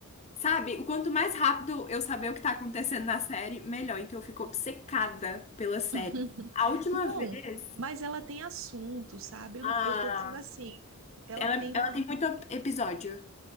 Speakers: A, on the left (about 30°); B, on the right (about 65°).
A: sabe? O quanto mais rápido eu saber o que tá acontecendo na série, melhor. Então eu fico obcecada pela série.
B: <laughs>
A: A última
B: Não,
A: vez,
B: mas ela tem assunto, sabe? Eu,
A: ah,
B: eu tô dizendo assim, ela
A: ela,
B: tem uma
A: ela tem muito episódio.